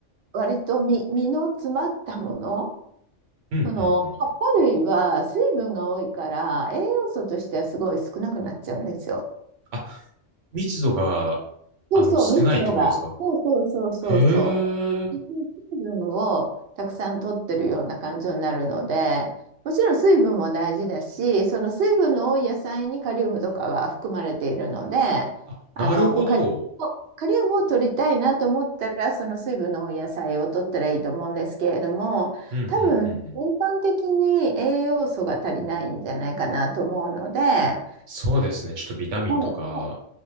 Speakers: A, on the right (about 65°); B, on the right (about 80°).
A: 割と実、実の詰まったもの、
B: うんうんうん。
A: その葉っぱ類は水分が多いから栄養素としてはすごい少なくなっちゃうんですよ。
B: あ、密度が、
A: そうそう、
B: あの、少ないってことですか
A: 密度が。そうそうそうそうそう。
B: へえ。
A: 水分をたくさん取ってるような感じになるので、もちろん水分も大事だし、その水分の多い野菜にカリウムとかは含まれているので、
B: あ、なるほど。
A: あの、カリウムを、カリウムを取りたいなと思ったら、その水分の多い野菜を取ったらいいと思うんですけれども、
B: うんうんうんうん。
A: 多分全般的に栄養素が足りないんじゃないかなと思うので、あ
B: そうですね。ちょっとビタミンとか。
A: はい、はい